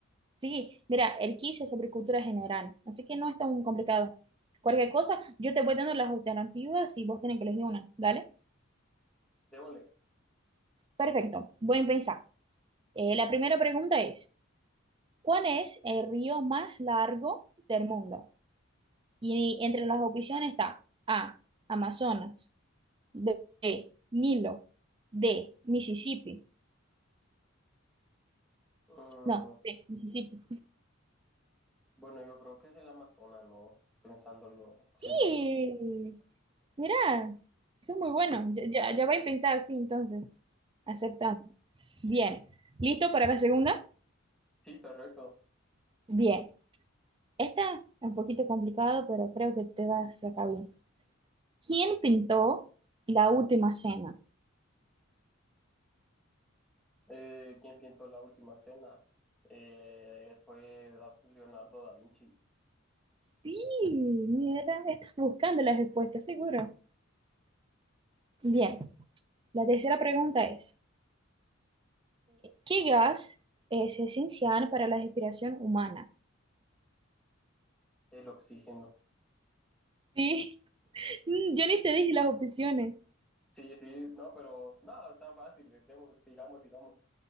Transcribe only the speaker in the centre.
Démosle.
Mm,
bueno, yo creo que es el Amazonas, ¿no? Pensándolo, siento.
que-
Sí, perfecto.
Eh, quien pintó la última cena eh, fue Da- Leonardo da Vinci,
el oxígeno.
Sí, sí, no, pero nada, tan fácil, eh, demos, sigamos, sigamos.